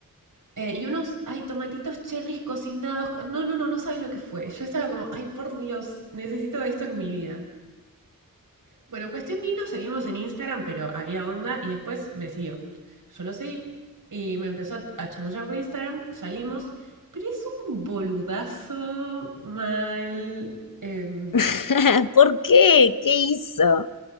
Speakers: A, on the right; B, on the left.
A: Eh, y unos, ay, tomatitos cherries cocinados. No, no, no, no sabes lo que fue. Yo estaba como, ay, por Dios, necesito esto en mi vida. Bueno, cuestión ni nos seguimos en Instagram, pero había onda y después me siguió. Yo lo seguí y me empezó a chamullar por Instagram, salimos, pero es un boludazo mal em,
B: <laughs> ¿Por qué? ¿Qué hizo?